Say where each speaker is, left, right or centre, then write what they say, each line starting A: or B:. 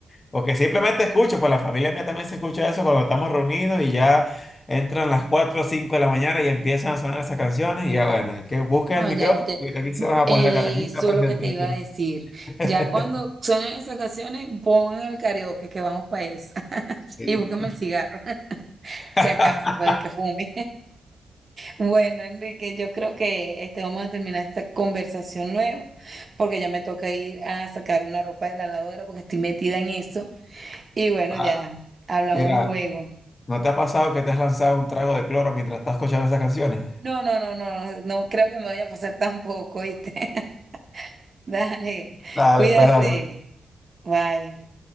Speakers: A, on the left (about 40°); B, on the right (about 45°).
A: Porque simplemente escucho, pues la familia mía también se escucha eso cuando estamos reunidos y ya entran las 4 o 5 de la mañana y empiezan a sonar esas canciones y ya bueno, hay que busquen
B: no,
A: el micrófono
B: ya, ya,
A: porque aquí se van a
B: eh,
A: poner acá, aquí
B: eso
A: se va a presentar
B: es lo que te iba
A: acá.
B: a decir.
A: <laughs>
B: Ya cuando suenen esas canciones, pon el karaoke que vamos para esa. <laughs>
A: Sí.
B: Y búscame el cigarro, <laughs> si
A: <laughs>
B: acaso, para el que fume. Bueno, Enrique, yo creo que este, vamos a terminar esta conversación luego, porque ya me toca ir a sacar una ropa de la lavadora porque estoy metida en eso. Y bueno,
A: Ah,
B: ya hablamos
A: Mira,
B: luego.
A: ¿No te ha pasado que te has lanzado un trago de cloro mientras estás escuchando esas canciones?
B: No, no, no, no, no creo que me vaya a pasar tampoco, ¿viste? <laughs> Dale,
A: Dale,
B: cuídate.
A: pues dale.
B: Bye.